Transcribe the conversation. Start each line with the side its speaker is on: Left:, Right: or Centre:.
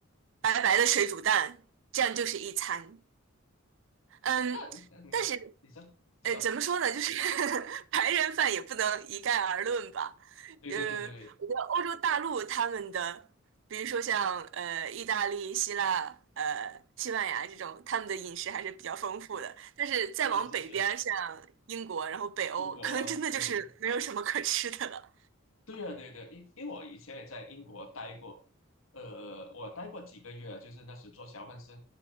Right: 白白的水煮蛋，这样就是一餐。嗯，
Left: 那嗯，
Right: 但是。
Left: 你说你说，
Right: 呃，怎么说呢？就是 <laughs> 白人饭也不能一概而论吧。
Left: 对对对对对，
Right: 呃，我觉得欧洲大陆他们的，比如说像呃意大利、希腊、呃西班牙这种，他们的饮食还是比较丰富的。但是再往北边儿像英国，
Left: 是是是，
Right: 然后北欧，
Left: 英国对
Right: 可能真的就是没有什么可吃的了。
Left: 对啊对对，因因为我以前也在英国待过，呃，我待过几个月啊就是那时做交换生。